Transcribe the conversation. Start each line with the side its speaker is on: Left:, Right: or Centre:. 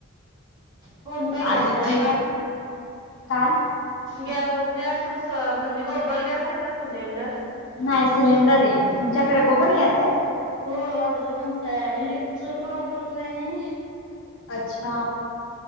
Right: कोणता गॅस
Left: आधीची
Right: आहे आता.
Left: काय
Right: ग गॅस म्हणजे गोबर गॅस आहे का. सिलेंडर?
Left: नाही सिलेंडर आहे तुमच्याकडे गोबर गॅस आहे.
Right: होय आमचा मोठा आहे, आम्ही चूल पण वापरत नाही-आणि.
Left: अच्छा